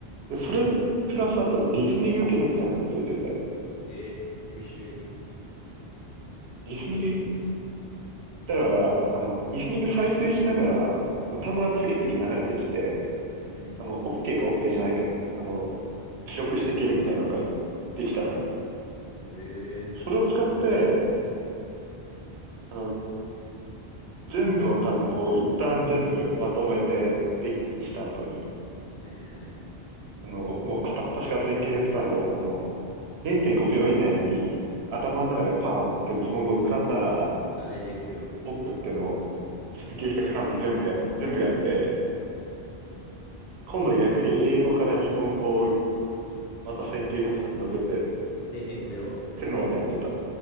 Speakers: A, on the right; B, on the left.
A: う。
B: それを
A: で、それ、プラスあと、リスニング機能みたいなのもついてて、
B: ええ優秀。
A: リスニング、だから、あの、リスニング再生しながら、単語が次々流れてきて、
B: うん。うん。
A: あの、OK か OK じゃないか、あの、記録していけるみたいなのができたのよ。
B: えー優秀ね
A: それを使って、あの、全部の単語を一旦全部まとめてデッキにした後に、
B: はいはいはい。
A: あの、もう片っ端から1900単語、あの、0.5秒以内に頭の中でパーンって日本語浮かんだら、
B: だ、0.5秒。
A: 奥ってのを1900単語全部や、全部やって、今度逆に英語から日本語をまた1900単語全部でっ
B: な、0.5秒。
A: てのをやってた。